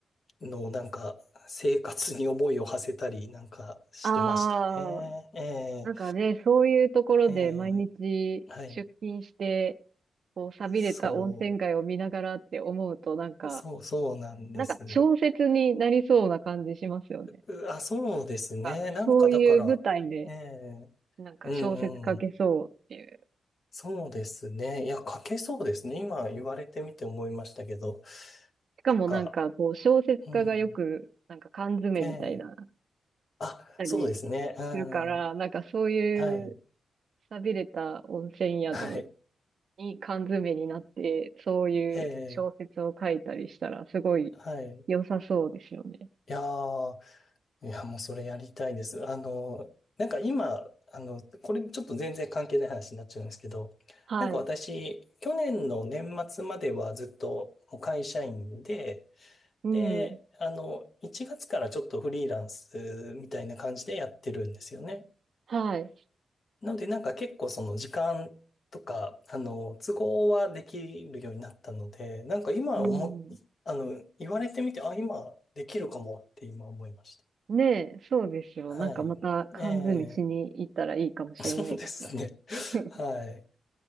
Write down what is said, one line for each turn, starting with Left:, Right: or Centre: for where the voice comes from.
Left: の、なんか、生活に思いを馳せたり、なんか、してましたね。
Right: ああ、
Left: え
Right: なんかね、そういうところで毎日出勤して、
Left: え、ええ、はい、
Right: こう、寂れた温泉街を見ながらって思うと、
Left: そ
Right: なんか、
Left: う、そう、そうなんです。
Right: なんか小説になりそうな感じしますよね。
Left: うあ、そうですね。
Right: あ、
Left: なんか、
Right: そういう舞台で、
Left: だから、ええ
Right: なんか小説書けそうっていう。
Left: うんうん。そうですね。いや、書けそうですね。今言われてみて思いましたけど。
Right: しかもなんか、
Left: か、
Right: こう、小説家がよく、
Left: うん。
Right: なんか缶詰みたいな、
Left: ええあ、
Right: たりするから、
Left: そうですね。うん。は
Right: なんかそういう、
Left: い。
Right: 寂れた温泉宿
Left: はい。
Right: いい缶詰になって、そういう小説を書いたりしたら、
Left: ええ
Right: すごい
Left: はい。い
Right: 良さそうですよね。
Left: やー、いや、もうそれやりたいです。あの、なんか今、あの、これちょっと全然関係ない話になっちゃうんですけど、
Right: はい。
Left: なんか私、去年の年末まではずっともう会社員で、
Right: うん。
Left: で、あの、1月からちょっとフリーランスみたいな感じでやってるんですよね。
Right: はい。
Left: なので、なんか結構その時間とか、あの、都合はできるようになったので、なんか今思っ、
Right: うん。
Left: あの、言われてみて、あ、今できるかもって今思いまし
Right: ねえ、そうですよ。
Left: た。
Right: なんかまた缶詰しに行ったらいいかもしれないですよ。
Left: はい。ええ、<laughs> そうですね。
Right: <laughs>
Left: <laughs> はい。